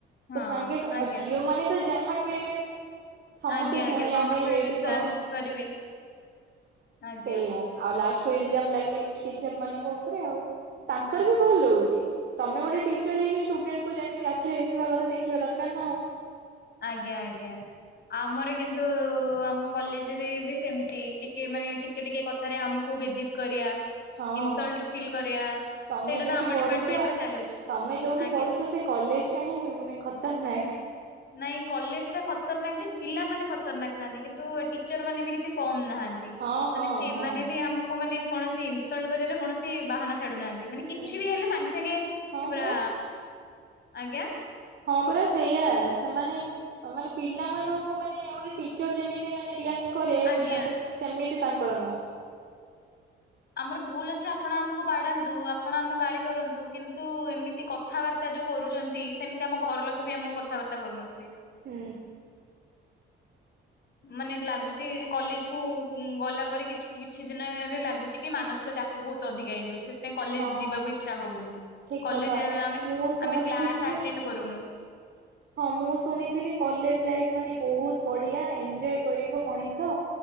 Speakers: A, on the left (about 55°); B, on the right (about 55°).
A: ହଁ
B: ତ ସାଙ୍ଗେ ସାଙ୍ଗ
A: ଆଜ୍ଞା
B: ଆଉ ଝିଅ ମାନେ ତ ଯାହା ହା କହିବେ ସମସ୍ତେ
A: ଆଜ୍ଞା ଆଜ୍ଞା
B: ଶୁଣିବା
A: ସମସ୍ତେ
B: ପାଇଁ ରେଡି
A: ବିଶ୍ଵାସ
B: ହଁହଁ
A: କରିବେ ଆଜ୍ଞା
B: ସେଇଆା ଆଉ ଲାଷ୍ଟ ଫୁଲ ଜାମ୍ ଲାଗି ହଉଛି ଟିଚର ମାନଙ୍କ ଉପରେ ଆଉ ତାଙ୍କର ବି ଭୁଲ ରହୁଚି। ତମେ ଗୋଟେ ଟିଚର ହେଇକି ଷ୍ଟୁଡେଣ୍ଟକୁ ଯେମିତି ଆଖିରେ ଦେଖିବା କଥା ଦେଖିବା ଦରକାର ନା ଆଉ।
A: ଆଜ୍ଞା ଆଜ୍ଞା। ଆମର କିନ୍ତୁ ଆମ କଲେଜରେ ବି ସେମତି ଟିକେ ମାନେ ଟିକେ ଟିକେ କଥାରେ ଆମ କୁ ବେଜିତ କରିବା
B: ହଁ
A: ଇନସଲ୍ଟ ଫିଲ୍ କରେଇବା
B: ତମେ
A: ସେଇଟା
B: ଯୋଉଠି
A: ତ ଆମ
B: ପଢୁଛ
A: ଡିପାର୍ଟମେଣ୍ଟରେ ଚାଲୁଛି।
B: ତମେ ଯୋଉଠି
A: ଆଜ୍ଞା।
B: ପଢୁଛ ସେ କଲେଜ ଟା ହିଁ ମାନେ ଖତରନାକ।
A: ନାଇଁ କଲେଜ ଟା ଖତରନାକ ଯେ ପିଲାମାନେ ଖତରନାକ ଥାନ୍ତି କିନ୍ତୁ ଟିଚର ମାନେ ବି କିଛି କମ୍ ନାହା ନ୍ତି
B: ହଁ ହଁ
A: ମାନେ ସେମାନେ
B: ହଁ।
A: ବି ଆମକୁ ମାନେ କୌଣସି ଇନସଲ୍ଟ କରିବାର କୌଣସି ବାହାନା ଛାଡୁନାହାନ୍ତି। ମାନେ କିଛି
B: ହୁଁ
A: ବି ହେଲେ ସାଙ୍ଗେ ସାଙ୍ଗେ
B: ହଁ
A: ସେ ପୁରା
B: ପରା
A: ଆଜ୍ଞା।
B: ହଁ ପରା ସେଇଆ ସେମାନେ ମାନେ ପିଲାମାନଙ୍କୁ ମାନେ ଗୋଟେ ଟିଚର ଯେମିତି ମାନେ ରିଆ ରିଏକ୍ଟ କରେ
A: ଆଜ୍ଞା
B: ପିଲାଙ୍କ ସେମିତି ତାଙ୍କର ନୁହଁ
A: ଆମର ଭୁଲ ଅଛି ଆପଣ ଆମ ବାଢାନ୍ତୁ ଆପଣ ଆମକୁ ଗାଳି କରନ୍ତୁ କିନ୍ତୁ ଏମିତି କଥାବାର୍ତ୍ତା ଯୋଉ କରୁଛନ୍ତି ସେମିତି ଆମ ଘ ର ଲୋକ ବି ଆମକୁ କଥାବାର୍ତ୍ତା କରୁନଥିବେ।
B: ହୁଁ,
A: ମାନେ ଲାଗୁଛି କଲେଜ କୁ ଗଲା ପରେ କି କିଛି ଦିନରେ ଲାଗୁଛି କି ମାନସିକ ଚାପ ବହୁତ ଅଧିକ ହେଇଯାଉଛି। କଲେଜ
B: ହଁ।
A: ଯିବାକୁ ଇଛା ହଉନି
B: ଠିକ
A: କଲେଜ୍
B: କଥା
A: ଆମେ
B: ମୁଁ ଶୁଣିଥିଲି
A: ଆମେ କ୍ଲାସ ଆଟେଣ୍ଡ କରୁନୁ।
B: ହଁ ମୁଁ ଶୁଣିଥିଲି କଲେଜ ଲାଇଫ ମାନେ ବହୁତ ବଢିଆ ଏଞଜୟ କରିବ ମଣିଷ।